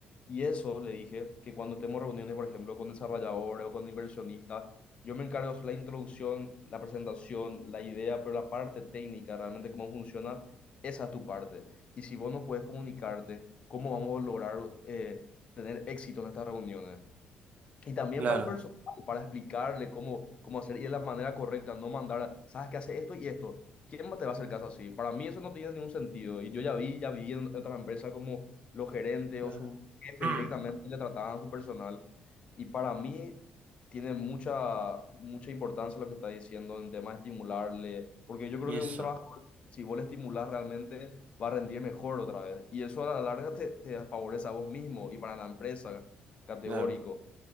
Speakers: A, on the left; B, on the right.
A: Y eso le dije que cuando tenemos reuniones, por ejemplo, con desarrolladores o con inversionistas, yo me encargo de hacer la introducción, la presentación, la idea, pero la parte técnica, realmente cómo funciona, esa es tu parte. Y si vos no puedes comunicarte, ¿cómo vamos a lograr eh, tener éxito en estas reuniones? Y también
B: claro.
A: para el personal, para explicarle cómo, cómo hacer y de la manera correcta, no mandar, sabes que hace esto y esto. ¿Quién más te va a hacer caso así? Para mí eso no tiene ningún sentido. Y yo ya vi, ya vi en otras empresas como los gerentes
B: claro.
A: o sus jefes
B: <clears throat>
A: directamente le trataban a su personal. Y para mí tiene mucha, mucha importancia lo que está diciendo en tema de estimularle, porque yo creo
B: Y
A: que
B: eso,
A: un trabajador, si vos le estimulas realmente, va a rendir mejor otra vez. Y eso a la larga te, te favorece a vos mismo y para la empresa, categórico.
B: claro.